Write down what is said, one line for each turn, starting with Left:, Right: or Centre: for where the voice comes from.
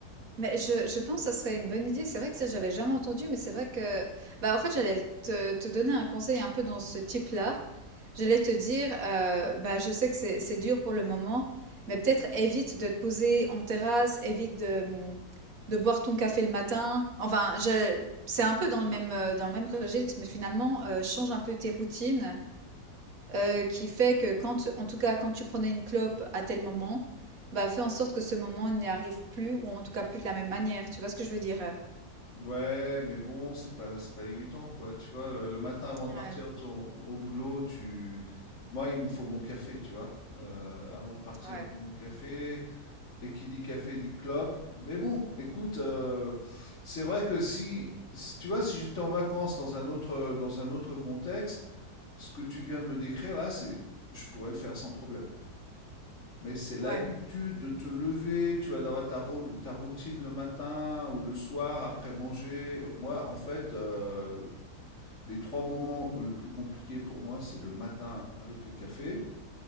Right: Mais je je pense que ça serait une bonne idée. C'est vrai que ça, j'avais jamais entendu, mais c'est vrai que bah, en fait, j'allais te te donner un conseil un peu dans ce type-là. J'allais te dire, heu, bah, je sais que c'est c'est dur pour le moment, mais peut-être évite de te poser en terrasse, évite de, mmh, de boire ton café le matin. Enfin, je c'est un peu dans le même, heu, dans le même registre, mais finalement, heu, change un peu tes routines. Heu, qui fait que quand tu- en tout cas, quand tu prenais une clope à tel moment, bah, fais en sorte que ce moment n'y arrive plus ou en tout cas plus de la même manière. Tu vois ce que je veux dire, heu?
Left: Ouais, mais bon, c'est pas, c'est pas évident, quoi. Tu vois, le, le matin avant de
Right: Ouais,
Left: partir ton- au boulot, tu... Moi, il me faut mon café, tu vois. Euh, avant de partir,
Right: ouais,
Left: il me faut mon café. Et qui dit café dit clope. Mais bon, écoute, euh, c'est vrai que si, si- tu vois, si j'étais en vacances dans un autre, dans un autre contexte, ce que tu viens de me décrire là, c'est, je pourrais le faire sans problème. Mais c'est l'habitude
Right: ouais,
Left: de te lever, tu vas d'avoir ta, ro- ta routine le matin ou le soir après manger. Moi, en fait, euh, les trois moments le plus compliqués pour moi, c'est le matin avec le café,